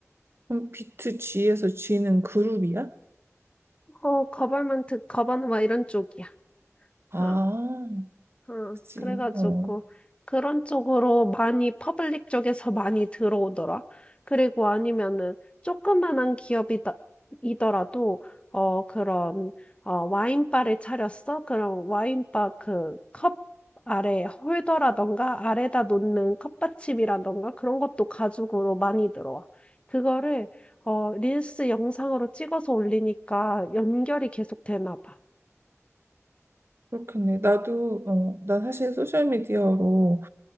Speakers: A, on the right; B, on the left.
A: 그럼 B2G에서 G는 그룹이야?
B: 어, 거벌먼트, 거버너 이런 쪽이야.
A: 아,
B: 어. 응,
A: 그치.
B: 그래가지고
A: 어,
B: 그런 쪽으로 많이 퍼블릭 쪽에서 많이 들어오더라. 그리고 아니면은 조그만한 기업이다 이더라도 어 그런 어 와인바를 차렸어? 그럼 와인바 그 컵 아래 홀더라던가 아래다 놓는 컵받침이라던가 그런 것도 가죽으로 많이 들어와. 그거를 어 릴스 영상으로 찍어서 올리니까 연결이 계속 되나 봐.
A: 그렇겠네. 나도, 어, 난 사실 소셜미디어로